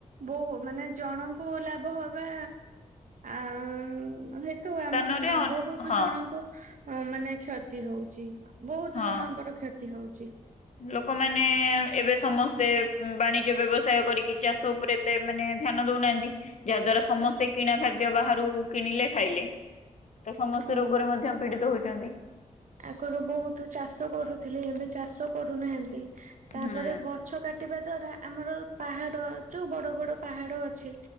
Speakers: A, on the right; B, on the left.
A: ବହୁ ମାନେ ଜଣଙ୍କୁ ଲାଭ ହବା ଆ ହେତୁ
B: ସ୍ଥାନରେ
A: ଆମ ବହୁତ
B: ହଁ
A: ଜଣଙ୍କୁ ହ ମାନେ କ୍ଷତି ହଉଛି। ବହୁତ
B: ହଁ
A: ଜଣଙ୍କର କ୍ଷତି ହଉଛି।
B: ଲୋକମାନେ ଏବେ ସମସ୍ତେ ବାଣିଜ୍ୟ ବ୍ୟବସାୟ କରିକି ଚାଷ ଉପରେ ଏତେ ମାନେ ଧ୍ୟାନ ଦଉନାହାନ୍ତି ଯାହାଦ୍ଵାରା ସମସ୍ତେ କିଣା ଖାଦ୍ୟ ବାହା କିଣିଲେ ଖାଇଲେ। ତ ସମସ୍ତ
A: ହୁଁ
B: ରୋଗରେ ମଧ୍ୟ ପୀଡିତ ହଉଛି ଛନ୍ତି
A: ଆଗରୁ ବହୁତ ଚାଷ କରୁଥିଲେ ଏବେ ଚାଷ କରୁନାହାନ୍ତି। ତାପରେ
B: ହୁଁ
A: ଗଛ କାଟିବା ଦ୍ୱାରା ଆମର ପାହାଡ଼ ଯେଉଁ ବଡ଼ ବଡ଼ ପାହାଡ଼ ଅଛି।